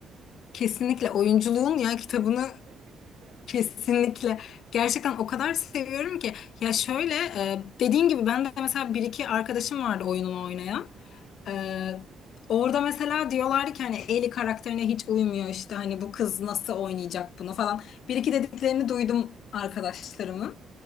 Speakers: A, on the left; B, on the right.
A: Kesinlikle oyunculuğun
B: çok yakışıklı
A: ya kitabını
B: ve karizmatik bir de.
A: Kesinlikle.
B: <laughs>
A: Gerçekten o kadar seviyorum ki. Ya şöyle e, dediğin gibi ben de mesela bir iki arkadaşım vardı oyunumu oynayan. E, orada mesela diyorlardı ki hani Ellie karakterine hiç uymuyor işte hani bu kız nasıl oynayacak bunu falan. Bir iki dediklerini duydum arkadaşlarımın.